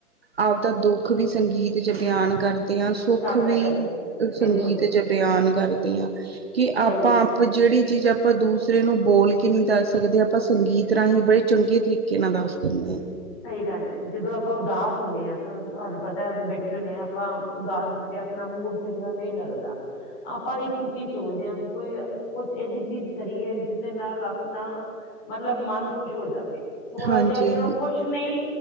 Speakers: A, on the right; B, on the left.
A: ਆਪਦਾ ਦੁੱਖ ਵੀ ਸੰਗੀਤ ਚ ਬਿਆਨ ਕਰਦਾ ਦੀਆਂ ਸੁੱਖ
B: ਕਰ
A: ਵੀ
B: ਸਕਦੇ ਹਾਂ ਬਿਲਕੁਲ
A: ਸੰਗੀਤ
B: ਜੀ
A: ਚ ਬਿਆਨ ਕਰਦਿਆ। ਕਿ
B: ਸਹੀ
A: ਆਪਾਂ-ਆਪ
B: ਗੱਲ ਹੈ
A: ਜਿਹੜੀ ਚੀਜ਼ ਆਪਾਂ ਦੂਸਰੇ ਨੂੰ ਬੋਲ ਕੇ ਨਹੀਂ ਦੱਸ ਸਕਦੇ ਆਪਾਂ ਸੰਗੀਤ ਰਾਹੀਂ ਬੜੇ ਚੰਗੇ ਤਰੀਕੇ ਨਾਲ ਦੱਸ ਦਿੰਦੇ ਹਾਂ।
B: ਸਹੀ ਗੱਲ ਹੈ, ਜਦੋਂ ਆਪਾਂ ਉਦਾਸ ਹੁੰਦੇ ਹਾਂ ਤਾਂ ਤੁਹਾਨੂੰ ਪਤਾ ਅਸੀਂ ਬੈਠੇ ਹੁੰਦੇ ਹਾਂ ਆਪਾਂ ਉਦਾਸ ਬਟੇ ਆਪਣਾ ਮੂਡ ਚੰਗਾ ਨਹੀਂ ਲੱਗਦਾ ਆਪਾਂ ਇੱਕ ਚੀਜ਼ ਸੋਚਦੇ ਹਾਂ ਕਿ ਕੋਈ ਕੁਛ ਇਹ ਜਹੀ ਚੀਜ਼ ਕਰੀਏ ਜਿਹਦੇ ਨਾਲ ਆਪਣਾ ਮਤਲਬ ਮਨ ਖੁਸ਼ ਹੋ ਜਾਵੇ। ਥੋੜਾ
A: ਹਾਂਜੀ
B: ਜਿਹਾ ਚਲੋ ਖੁਸ਼ ਨਹੀਂ